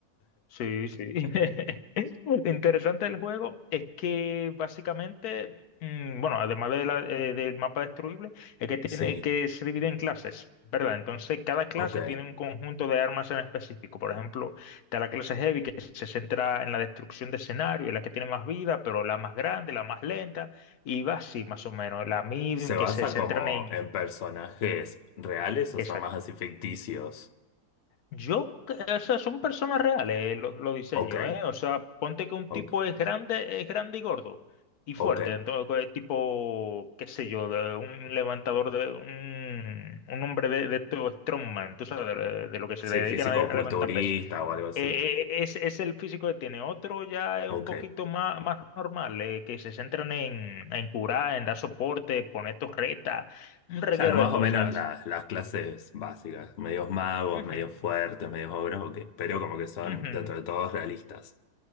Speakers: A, on the left; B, on the left.
A: Sí, sí. <laughs> Lo interesante del juego es que básicamente, mm, bueno, además de la- eh, del mapa destruible, es que tiene
B: Sí,
A: que se divide en clases, ¿verdad? Entonces, cada clase
B: ok.
A: tiene un conjunto de armas en específico. Por ejemplo, está la clase Heavy que se centra en la destrucción de escenario, es la que tiene más vida, pero la más grande, la más lenta, y va así más o menos. La Medium
B: ¿Se
A: que
B: basa
A: se centra
B: como
A: en...
B: en personajes reales o son
A: Exacto.
B: más así ficticios?
A: Yo, eh, o sea, son personas reales los, los diseños,
B: Ok,
A: ¿eh? O sea, ponte que un
B: ok,
A: tipo es grande, es grande y gordo y fuerte,
B: ok.
A: entonces eh, tipo, qué sé yo, de un levantador de un, un hombre de, de estos strongman, tú sabes, de, de lo que se
B: Sí,
A: le dedican
B: físico-culturista
A: a, a levantar peso.
B: o algo así.
A: Eh, eh, es, es el físico que tiene. Otro ya es
B: Ok.
A: un poquito más, más normal, eh, que se centran en, en curar, en dar soporte, poner torretas, un reguero
B: Claro, más
A: de cosas.
B: o menos las, las clases básicas. Medios magos,
A: Ujú,
B: medios fuertes, medios ogros, ok. Pero como que son
A: ujú.
B: dentro de todos realistas.